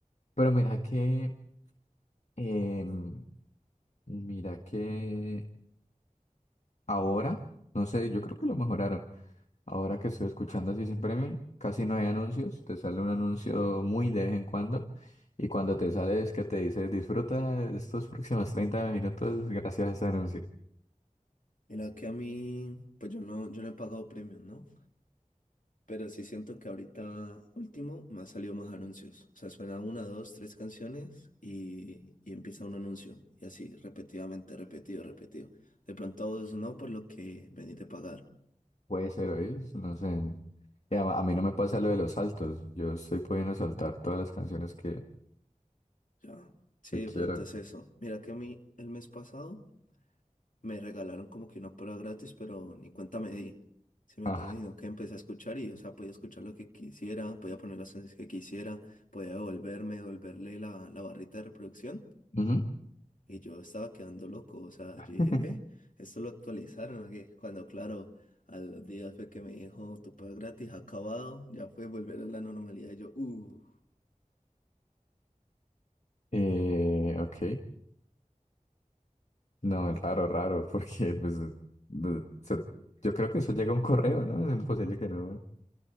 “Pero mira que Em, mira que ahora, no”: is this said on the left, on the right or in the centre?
Left